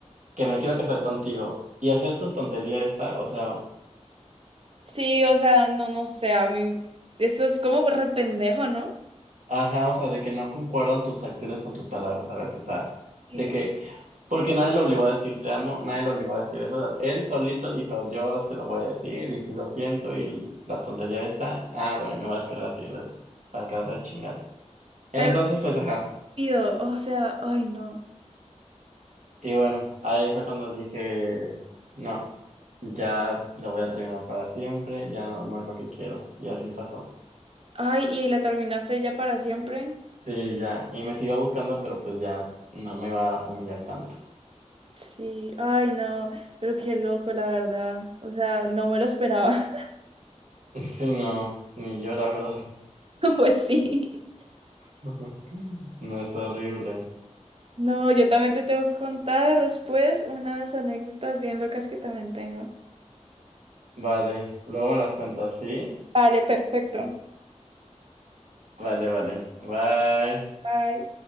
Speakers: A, on the right; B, on the right.
A: que me quiero casar contigo y hacer tu tontería esta, o sea,
B: Sí, o sea, no, no sé, a mí eso es como re pendejo, ¿no?
A: ajá, o sea, de que no concuerdan tus acciones con tus palabras, ¿sabes? O sea,
B: Sí.
A: de que, porque nadie lo obligó a decir te amo, nadie lo obligó a decir eso, o sea, él solito dijo, yo se lo voy a decir y si lo siento y la tontería esta, ah, bueno, me va a descargar Tinder para acabar de chingar. Entonces,
B: Pero
A: pues, ajá.
B: pido, o sea, ay no.
A: Y bueno, ahí fue cuando dije, no, ya lo voy a terminar para siempre, ya no, no es lo que quiero. Y así pasó.
B: Ay, y la terminaste ya para siempre.
A: Sí, ya. Y me siguió buscando, pero pues ya no me va a humillar tanto.
B: Sí, ay no, pero qué loco, la verdad. O sea, no me lo esperaba. <laughs>
A: <laughs> Sí, no, ni yo, la verdad.
B: Pues sí.
A: <laughs> No es horrible.
B: No, yo también te tengo que contar después unas anécdotas bien locas que también tengo.
A: Vale, luego me las cuentas, ¿sí?
B: Vale, perfecto.
A: Vale, vale. Bye.
B: Bye.